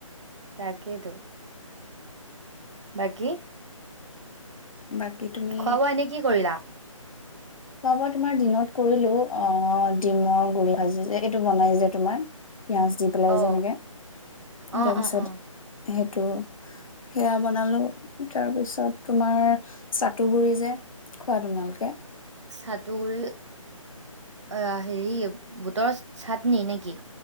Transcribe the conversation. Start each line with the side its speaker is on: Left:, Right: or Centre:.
Right: তাকেইটো বাকী
Left: বাকী তুমি
Right: খোৱা বোৱা এনে কি কৰিলা?
Left: খোৱা বোৱা তোমাৰ দিনত কৰিলো অ ডিমৰ গুৰিি ভাজি যে এইটো বনাই যে তোমাৰ পিঁয়াজ দি পেলাই
Right: অ'
Left: যেনেকে
Right: অ'
Left: তাৰপিছত
Right: অ' অ'
Left: সেইটো সেয়া বনালো তাৰপিছত তোমাৰ চাটু গুৰি যে খাৰঙালকে
Right: চাতুগুৰি অ হেৰি বোটৰৰ চাটনি নেকি